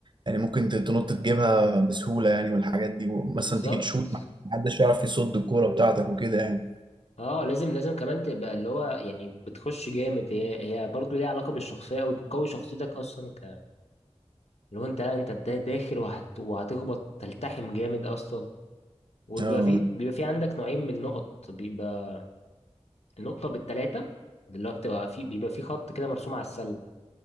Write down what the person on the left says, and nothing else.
بالظبط
اه لازم لازم كمان تبقى اللي هو يعني بتخش جامد هي هي برضه ليها علاقه بالشخصيه قوي بتقوي شخصيتك اصلا ك اللي هو انت انت دا- داخل وهت... وهتخبط تلتحم جامد اصلا وبيبقى
في بيبقى في عندك نوعين من النقط بيبقى النقطة بالتلاتة اللي هو بتبقى في بيبقى في خط كده مرسوم على السلة